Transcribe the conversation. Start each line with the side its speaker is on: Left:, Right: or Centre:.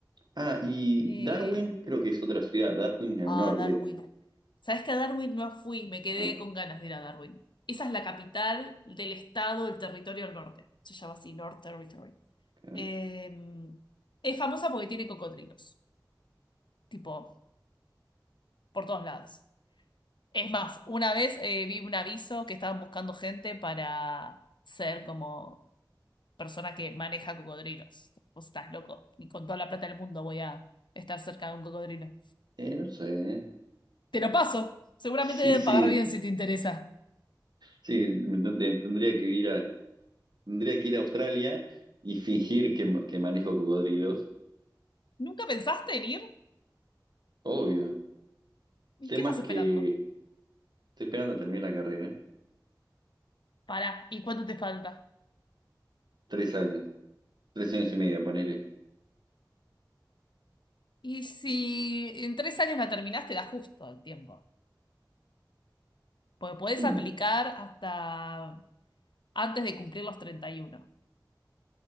Right: Ah, y
Left: Eh,
Right: Darwin, creo que es otra ciudad, Darwin al
Left: Ah,
Right: norte.
Left: Darwin. ¿Sabes que a Darwin no fui? Me quedé
Right: Ah,
Left: con ganas de ir a Darwin. Esa es la capital del estado, del territorio del norte. Se llama así, North Territory.
Right: claro.
Left: Eh, es famosa porque tiene cocodrilos, tipo, por todos lados. Es más, una vez eh, vi un aviso que estaban buscando gente para ser como persona que maneja cocodrilos. Vos estás loco, ni con toda la plata del mundo voy a estar cerca de un cocodrilo.
Right: Eh, no sé. eh.
Left: Te lo paso, seguramente
Right: Sí,
Left: deben
Right: sí.
Left: pagar bien si te interesa.
Right: Sí, me- ten- te- tendría que ir a, tendría que ir a Australia y fingir que, ma- que manejo cocodrilos.
Left: ¿Nunca pensaste en ir?
Right: Obvio.
Left: ¿Y
Right: El tema
Left: qué estás
Right: es
Left: esperando?
Right: que estoy esperando a terminar la carrera.
Left: Pará, ¿y cuánto te falta?
Right: Tres años. Tres años y medio, ponele.
Left: Y si en tres años la terminás, te da justo el tiempo. Porque podés
Right: Sí.
Left: aplicar hasta antes de cumplir los 31.